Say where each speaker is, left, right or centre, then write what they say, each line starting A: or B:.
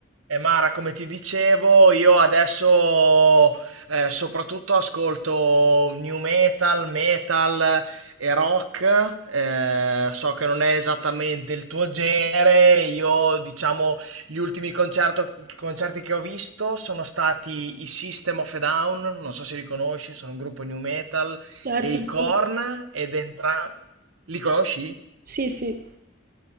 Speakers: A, on the right (about 80°); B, on the right (about 45°).
A: E Mara, come ti dicevo, io adesso eh, soprattutto ascolto new metal, metal e rock. eh, so che non è esattamente il tuo genere. Io, diciamo, gli ultimi concerto- concerti che ho visto sono stati i System of a Down, non so se li conosci, sono un gruppo new metal,
B: Certo,
A: e i
B: lo
A: Korn,
B: con-
A: ed entrambi... Li conosci?
B: sì, sì,